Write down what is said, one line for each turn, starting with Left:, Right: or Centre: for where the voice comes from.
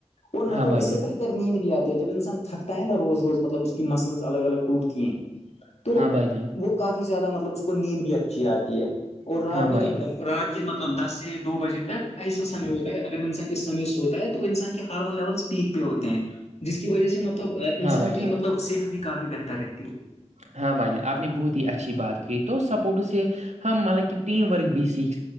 Left: اور
Right: ہاں
Left: مطلب
Right: بھائی
Left: اس
Right: جان
Left: سے بہتر ار نیند بھی آتی ہے جب انسان تھکتا ہے نا روز روز مطلب اس کی مسلز الگ الگ ٹوٹتی ہیں تو
Right: ہاں بائی جن
Left: وہ کافی زیادہ مطلب اس کو نیند بھی اچھی آتی ہے اور رات
Right: ہاں بھائی
Left: میں جب رات کہ مطلب دس سے دو بجے تک ایسا سمے ہوتا ہے اگر انسان اس سمے سے ہوتا ہے تو انسان کے ہارمون لیول پیک پہ ہوتے ہیں جس کی وجہ سے مطلب انسان
Right: ہاں بھائی جان
Left: کی مطلب صحت بھی کافی بہتر رہتی ہے
Right: ہاں بھائی جان آپ نے بہت ہی اچھی بات کہ تو سپورٹ سے ہم مطلب کہ ٹیم ورک بھی سیکھ